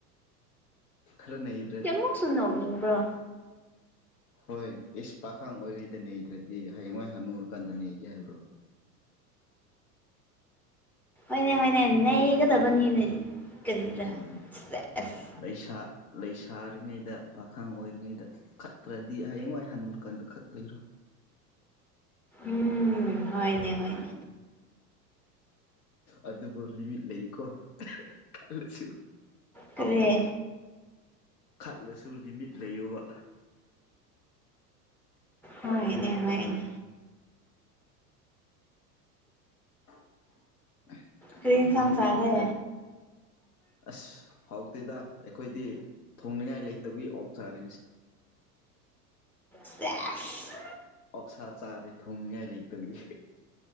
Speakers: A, on the left; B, in the centre.
A: ꯈꯔ ꯅꯩꯗ꯭ꯔ
B: ꯃꯨꯛꯁꯨ ꯅꯣꯛꯅꯤꯡꯕ꯭ꯔꯣ
A: ꯍꯣꯏ ꯏꯁ ꯄꯥꯈꯪ ꯑꯣꯏꯔꯉꯩꯗ ꯅꯩꯗ꯭ꯔꯗꯤ ꯍꯌꯦꯡꯋꯥꯏ ꯍꯅꯨꯔꯀꯥꯟꯗ ꯅꯩꯒꯦ ꯍꯥꯏꯕ꯭ꯔꯣ
B: ꯍꯣꯏꯅꯦ ꯍꯣꯏꯅꯦ ꯅꯩꯒꯗꯕꯅꯤꯅꯦ ꯀꯔꯤꯔ
A: ꯎꯝ
B: ꯁꯦꯁ
A: ꯂꯩꯁꯥ ꯂꯩꯁꯥꯔꯤꯉꯩꯗ ꯄꯥꯈꯪ ꯑꯣꯏꯔꯤꯉꯩꯗ ꯈꯠꯇ꯭ꯔꯗꯤ ꯍꯌꯦꯡꯋꯥꯏ ꯍꯟꯅꯨꯔꯀꯥꯟꯗ ꯈꯠꯇꯣꯏꯔꯣ
B: ꯎꯝ ꯍꯣꯏꯅꯦ ꯍꯣꯏꯅꯦ
A: ꯑꯗꯨꯕꯨ ꯂꯤꯃꯤꯠ ꯂꯩꯌꯦꯀꯣ ꯈꯜꯂꯁꯨ
B: ꯀꯔꯤ
A: ꯈꯠꯂꯁꯨ ꯂꯤꯃꯤꯠ ꯂꯩꯌꯣꯕ
B: ꯍꯣꯏꯅꯦ ꯍꯣꯏꯅꯦ
A: <unintelligible>
B: ꯀ꯭ꯔꯤ ꯑꯦꯟꯁꯥꯡ
A: ꯅꯪꯗꯤ
B: ꯆꯥꯔꯦ
A: ꯍꯣꯔꯦꯟ ꯑꯁ ꯍꯥꯎꯇꯦꯗ ꯑꯩꯈꯣꯏꯗꯤ ꯊꯣꯡꯅꯤꯡꯉꯥꯏ ꯂꯩꯇꯕꯒꯤ ꯑꯣꯛ ꯆꯥꯔꯦ ꯉꯁꯤ
B: ꯁꯦꯁ
A: ꯑꯣꯛꯁꯥ ꯆꯥꯔꯦ ꯊꯣꯡꯅꯤꯡꯉꯥꯏ ꯂꯩꯇꯕꯒꯤ